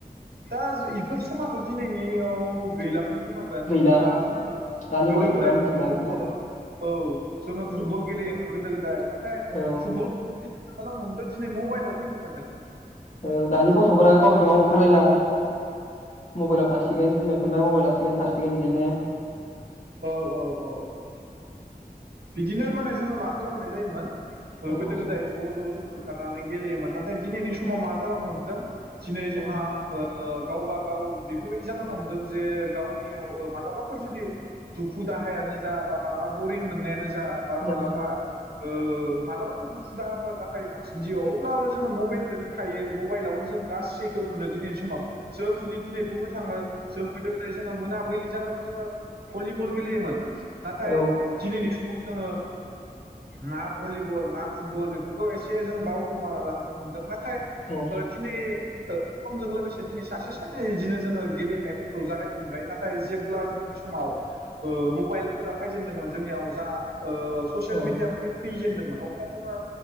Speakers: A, on the right; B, on the left.
A: दा इफोर समाथ दि जोंनियाव गैला खोनो बुंनांगोन
B: गैला
A: दा जोंङो
B: दानि
A: गोदो
B: गथ'फोरा
A: गोदाय
B: मिथिला
A: जों फुटबल
B: बिदिखौ
A: औ जोंङो फुटबल
B: औ
A: गेलेयोमोन गोदो गोदाय ना थाइ
B: औ
A: फुटबल खालामनो हमदो दिनै मबाइलाव फैनो ओंखारदों ।
B: ओ दानि गथफोरा गावजो गाव ओंखारलायला मबाइलाव थासिगोन बिमा बिफानिफ्राय मबाइल लासिगोन थासिगोन बिदिनो
A: औ औ औ औ बिदिनो माने जोंङो मा खालामनाय जायोमोन होंगो
B: औ
A: दोंगो जायो ज ज ओंखारनानै गेलेयोन ना दिनैनि समाव मा जालांनो हम हेलौ दिनै जोंहा
B: औ
A: ओ गावबा गाव बेफोरबायदि जालांनो हमदों जे गावनियाव ओ मालाबाफोर जुदि दुखु दाहायानो जा बा मालाबा बरिं मोननायानो जा
B: औ
A: बा मालाबा ओ मालाबाथ' दुखु दाहाफोरा जाखायो मानसिनि जिउआव, अब्लाबो जोङो मबेल दोनो थायो मबाइलावनो जों गासैखो मोनो दिनैनि समाव जों जुदि दिनै बुंनो थाङो जों गोदो गोदाय जोङो मोनाबिलि जाबानो जोङो भलिबल गेलेयोमोन नाथाय
B: औ
A: दिनैनि स जोङो ना भलिबल ना फुटबल बेफोरखौ एसे जों बावगोमालांदो। हमदों नाथाय
B: औ
A: दिनै समजों लोगोसे दिनै सासे सानै इदिनो जोङो गेलेनायफोरखौ जागायफिनबाय नाथाय जेब्ला जोंनि समाव ओ मबाइलफोरा फायजेनदोंमोन जोंनियाव जा ओ ससियेल
B: औ
A: मिडिया फै-फैजेनदों अब्ला जोङो